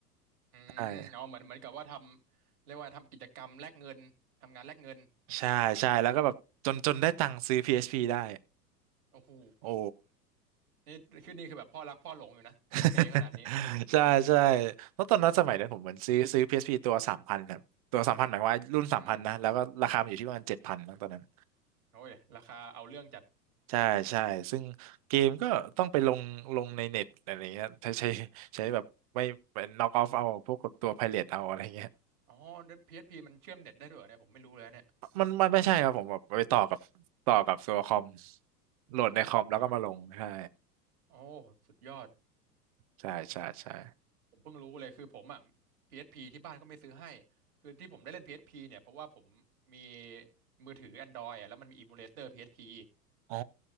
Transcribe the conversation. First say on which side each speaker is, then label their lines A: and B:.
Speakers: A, on the right; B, on the right.
A: อืมเอาเหมือนเหมือนกับว่าทำเรียกว่าทำกิจกรรมแลกเงินทำงานแลกเงิน
B: ใช่ ใช่ใช่แล้วก็แบบจนจนได้ตังค์ซื้อ PSP ได้
A: โอ้โห
B: โอ้
A: นี่คือนี่คือแบบพ่อรักพ่อหลงอยู่นะเปย์ขนาดนี้
B: <laughs> ใช่ใช่เพราะตอนนั้นสมัยนั้นผมเหมือนซื้อซื้อ PSP ตัวสามพันครับตัวสามพันหมายความว่ารุ่นสามพันนะแล้วก็ราคามันอยู่ที่ประมาณเจ็ดพันตอนนั้น
A: อืมโอ้ยราคาเอาเรื่องจัด
B: ใช่ใช่ซึ่งเกมก็ต้องไปลงลงในเน็ตอะไรเงี้ยใช้ใช้ใช้แบบไม่เป็นน็อกออฟเอาพวกกับตัวไพเรตเอาอะไรเงี้ย
A: อ๋อ p พ p มันเชื่อมเน็ตได้ด้วยเหรอเนี่ยผมไม่รู้เลยนะเนี่ย
B: มันมันไม่ใช่ครับผมแบบไปต่อกับต่อกับตัวคอมโหลดในคอมแล้วก็มาลงใช่
A: อ๋อโอ้สุดยอด
B: ใช่ใช่ใช่
A: ผมเพิ่งรู้เลยคือผมอ่ะ PSP ที่บ้านก็ไม่ซื้อให้ คือที่ผมได้เล่น PSP เอสพีเนี่ยเพราะว่าผมมีมือถือ Android อ่ะแล้วมันมีอิมูเลเตอร์ PSP
B: อ๋อ